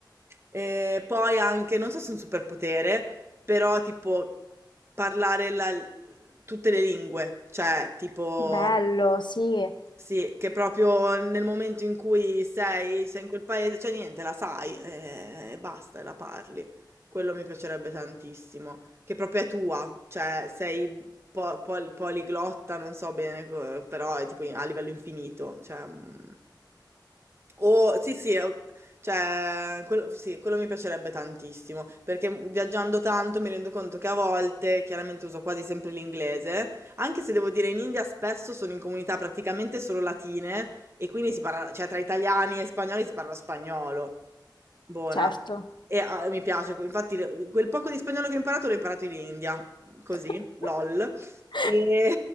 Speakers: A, on the right; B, on the left.
A: E poi anche, non so se è un superpotere, però tipo parlare la- tutte le lingue, cioè tipo
B: Bello, sì,
A: sì, che proprio nel momento in cui sei, sei in quel paese, c'è niente, la sai eh, e basta, e la parli. Quello mi piacerebbe tantissimo, che proprio è tua, cioè sei po- pol- poliglotta, non so bene, co- però è tipo in- a livello infinito, cioè... mm. O sì, sì, eh, cioè, quello, sì, quello mi piacerebbe tantissimo, perché viaggiando tanto mi rendo conto che a volte, chiaramente uso quasi sempre l'inglese, anche se devo dire in India spesso sono in comunità praticamente solo latine e quindi si parla, cioè tra italiani e spagnoli si parla spagnolo. Buona.
B: certo.
A: E ah, mi piace, infatti quel poco di spagnolo che ho imparato l'ho imparato in India,
B: <laughs>
A: così, lol. E...